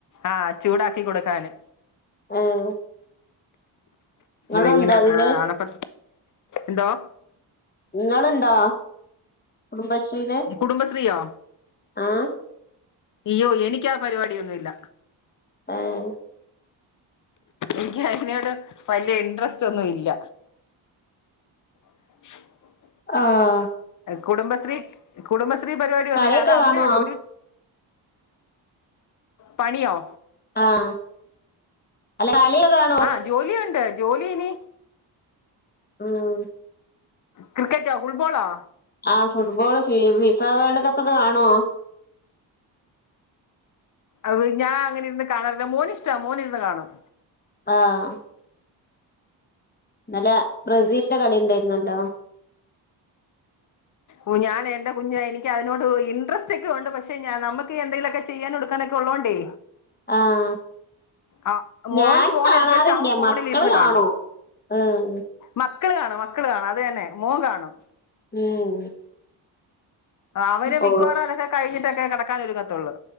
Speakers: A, on the left (about 45°); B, on the left (about 20°).
A: ആഹ് ചൂടാക്കി കൊടുക്കാന്
B: ഏഹ് ഇങ്ങളുണ്ടോ
A: നി ഇങ്ങനെ
B: അതില്
A: അടപ്പ ന്തോ
B: ഇങ്ങളുണ്ടോ കുടുംബശ്രീല്
A: കുടുംബശ്രീയൊ
B: ആഹ്
A: ഇയ്യോ എനക്കാ പരിപാടിയൊന്നുല്ല
B: ഏഹ്
A: എനിക്ക് അതിനോട് വലിയ ഇൻട്രസ്റ്റ് ഒന്നും ഇല്ല <inaudible>
B: ആഹ
A: കുടുംബശ്രീ കുടുംബശ്രീ പരിപാടി ഒന്നില്ല
B: കളിയൊക്കെ
A: അത് അമ്മയുണ്ടോ
B: കാണുവോ
A: രി പണിയോ
B: ആഹ് അല്ല <unintelligible> കാണും
A: ആഹ് ജോലിയുണ്ട് ജോലിയിനി
B: ഉം
A: ക്രിക്കെറ്റൊ ഫുട്ബോളോ
B: ആഹ് ഫുട്ബോൾ ഫി ഫിഫ വേൾഡ് കപ്പൊക്കെ കാണുവോ
A: അവ് ഞാൻ അങ്ങനെ ഇര്ന്ന് കാണാറില്ല മോന് ഇഷ്ടാ മോൻ ഇരുന്ന് കാണും
B: ആഹ് ഇന്നലെ ബ്രസീൽന്റെ കളി ണ്ടായിര്ന്നല്ലോ
A: ഓ ഞാൻ എന്റെ കുഞ്ഞെ എനിക്ക് അതിനോട് ഇൻട്രസ് റ്റൊക്കെ ഉണ്ട് പക്ഷെ ഞാ നമുക്ക് എന്തെങ്കിലുമൊക്കെ ചെയ്യാനും എടുക്കാനൊക്കെ ഉള്ളോണ്ടേ
B: ആഹ്
A: ആ മോൻ
B: ഞാൻ
A: ഫോൺ
B: കാണാറില്യ
A: എടുത്ത് വെച്ച അവൻ ഫോണിലിരുന്ന്
B: മക്കള് കാണു
A: കാണും
B: ഉം
A: മക്കള് കാണും മക്കള് കാണും അത് തന്നെ മോൻ കാണും
B: ഉം
A: അവര്
B: ഓ
A: മിക്കവാറും അതൊക്കെ കഴിഞ്ഞിട്ടൊക്കെ കെടക്കാനൊരുങ്ങത്തുള്ളു